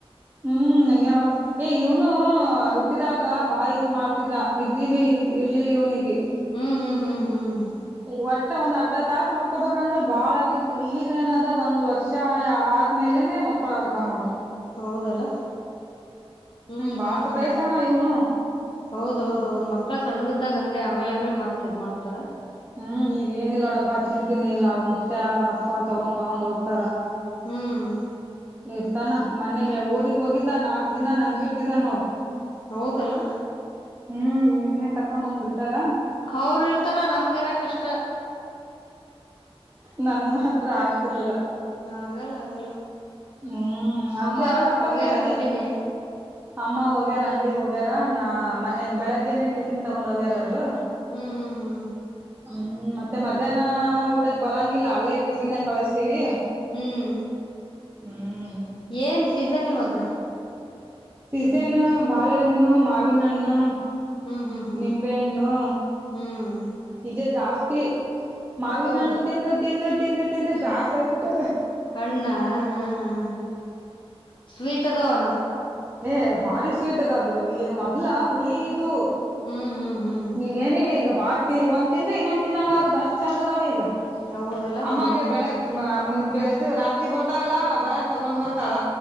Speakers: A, on the right; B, on the left.
A: ಹ್ಮ್ ಹಂಗಗೆ ಮಾಡಾರತ ಏ ಇವ್ನು ಹಟ್ಟಿದಾಗ ಬಾ ಇದ್ ಮಾಡ್ತ ನಿದ್ದನೇ ಇರ್ ಇರ್ಲಿಲ್ಲ ಇವನಿಗೆ
B: ಹ್ಮ್ ಹ್ಮ್ ಹ್ಮ್ ಹ್ಮ್
A: ಒಟ್ಟೆ ಒಂದ್ ಅರ್ಧ ತಾಸ ಮಕ್ಕೊಬೇಕಂದ್ರೆ ಬಾಳಗತ್ತು ಈಗ ಏನದ ಒಂದ್ ವರ್ಷ ಮೇಲೇನೆ ಮಕ್ಕಳು ಆಗುತ್ತ ನೋಡು
B: ಹೌದಲ್ಲ ಹ್ಮ್
A: ಬಾಳ
B: ಹ್ಮ್
A: ಸತಾಯ್ಸಾನ
B: ಹ್ಮ್
A: ಇವನು
B: ಹೌದೌದು ಹೌದು ಮಕ್ಕಳ ಸಣ್ಣವಿದ್ದಾಗ ಹಂಗೆ ಆಮೇಲೆ ಆಮೇಲೆ ಮತ್ತ ಇದ್ ಮಾಡ್ತಾರ
A: ಹ್ಮ್ ಈಗ ಏನ ಇಿಲ್ಲಾಡಪ್ಪಾ ಚಿಂತಿನೆ ಇಲ್ಲ ಅವ್ರ ಮುತ್ತೆ ಅವ್ರ ಅಪ್ಪಾ ತಗೊಂಡ್ ತಗೊಂಡ್ ಹೋಗ್ತಾರ
B: ಹ್ಮ್ <inaudible>
A: ಇರ್ತಾನ ಮೊೆ ಬ ಊರಿಗ್ ಹೋಗಿದ್ದ ನಾಲ್ಕ್ ದಿನ ನನ್ ಬಿಟ್ಟಿದ್ದ ನೋಡು
B: ಹೋಗಲ್ಲ
A: ಹ್ಮ್ ಈಗ ನಿನ್ನೆ ಕರ್ಕೊಂಡ್ ಬಂದ್ ಬಿಟ್ಟಾರ
B: ಅವರು ಇರ್ತಾರ ನಮಗ ಇರ ಕಷ್ಟ
A: ನನ್ ಮಾತ್ರ ಆಗ್ತಿರ್ಲಿಲ್ಲ
B: ಆಗಲ್ಲ ಆಗಲ್ಲ
A: ಹ್ಮ್ ಅದ್ಕೆ
B: ಅಮ್ಮಾರ
A: ಅವ್ರ ಅಪ್ಪಗೆ
B: ಹೋಗ್ಯಾರ
A: ಹೇಳಿದೆ
B: ಅಂಗಡಿಗೆ
A: ಅಮ್ಮ ಹೋಗ್ಯಾರ ಅಂಗಡಗ್ ಹೋಗ್ಯಾರ ನ ಮನೆ ಬೆಳಗ್ಗೆನೆ ಟಿಫಿನ್ ತಗೊಂಡ್ ಹೋಗ್ಯಾರ ಅವ್ರು
B: ಹ್ಮ್ ಹ್ಮ್ ಹ್ಮ್
A: ಹ್ಮ್ ಮತ್ತೆ ಮತ್ತ <inaudible> ಮಧ್ಯಾಹ್ ಊಟಕ್ಕೆ ಬರಂಗಿಲ್ಲ ಅಲ್ಲೇ ಟಿಫಿನ್ ಕಳಸ್ತೀವಿ
B: ಹ್ಮ್
A: ಹ್ಮ್
B: ಏನ್ ಸೀಸನ್ ಇವಾಗ
A: ಸಿದ್ದೇನು ಬಾಳೆಹಣ್ಣ ಮಾವಿನಣ್ಣು
B: ಹ್ಮ್ ಹ್ಮ್ ಹ್ಮ್
A: ನಿಂಬೆಹಣ್ಣು
B: ಹ್ಮ್
A: ನಿಜ ಜಾಸ್ತಿ ಮಾವಿನಣ್ಣು
B: ಹೌದು
A: ತಿಂದು ತಿಂದು ತಿಂದು ತಿಂದು ಬ್ಯಾಸ ಆಗ್ಬಿಟ್ಟ
B: ಅಣ್ಣ ಹ್ಮ ಹ ಹ ಸ್ವೀಟ್ದ ಅವಣ
A: ಏ ಭಾರಿ ಸ್ವೀಟ್ದ ಆಾಗಬಿಡು ಈಗ ಮೊದ್ಲ ಮುಳ ಇದ್ದು
B: ಹ್ಮ್ ಹ್ಮ್ ಹ್ಮ್
A: <inaudible> ಈಗ ಏನಿಲ್ಲ ಈಗ ಬಾತಿ ಇವಂದ್ ತಿಂದ್ರ ಇನ್ನೊಂದ್ ತಿನ್ನಂಗ ಆಗದ ಅಷ್ಟ್ ಚಂದ ಅದಾವ ಈಗ
B: ಹೌದಲ್ಲ
A: ಅಮ್ಮಗೆ
B: ಹ್ಮ್
A: ಬೆಳಕ ಬೆಳ ರಾತ್ರಿ ಬರ್ತಾಲ್ಲಾ ಬರಕ್ ತಗೊಂಡ್ ಬರ್ತಾಳ